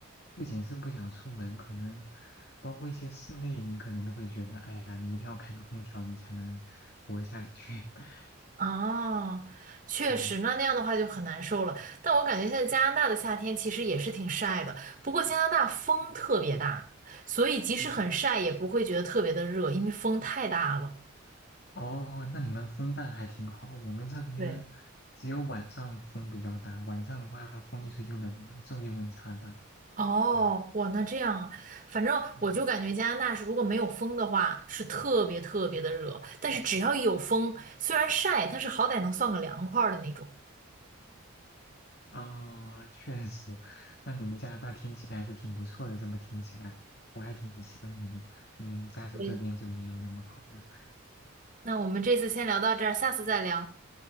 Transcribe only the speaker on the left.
不仅是不想出门，可能包括一些室内，你可能都会觉得，哎呀，你一定要开个空调，你才能活下去。<laughs>
嗯
嗯
嗯，
哦，那你们风大还挺好，我们这边只有晚上风比较大，
晚上的话风一吹就冷了，昼夜温差大。
嗯
嗯。
啊，确实，那你们加拿大天气还是挺不错的，这么听起来，我还挺羡慕的。嗯，加州这边就没有那么好了。